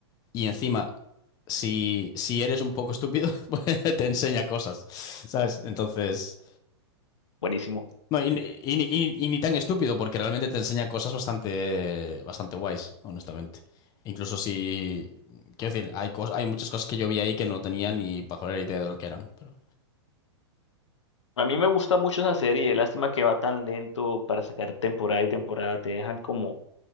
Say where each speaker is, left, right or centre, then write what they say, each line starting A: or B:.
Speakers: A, on the left; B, on the left.
A: y encima, si, si eres un poco estúpido, <laughs> pues te enseña cosas, ¿sabes? Entonces...
B: Buenísimo.
A: No, y, ni y ni- y- y ni tan estúpido, porque realmente te enseña cosas bastante, bastante guays, honestamente. Incluso si, quiero decir, hay cos- hay muchas cosas que yo vi ahí que no tenía ni pajolera idea de lo que eran, pero
B: A mí me gusta mucho esa serie, lástima que va tan lento para sacar temporada y temporada, te dejan como,